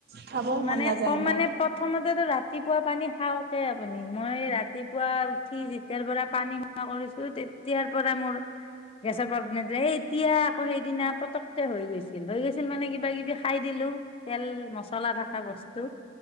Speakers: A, on the right (about 55°); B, on the left (about 30°).
A: খাবও মন
B: মানে
A: নাযায়
B: কম
A: মোৰ?
B: মানে প্ৰথমতেতো ৰাতিপুৱা পানী খাওঁক হে আপুনি। মই ৰাতিপুৱা উঠি যেতিয়াৰ পৰা পানী খোৱা কৰিছোঁ, তেতিয়াৰ পৰা মোৰ গেছৰ প্ৰব্লেমটো এতিয়া আকৌ সেইদিনা পতক হৈ গৈছিল হৈ গৈছিল মানে কিবা কিবি খাই দিলো, তেল মাচালা থাকা বস্তু।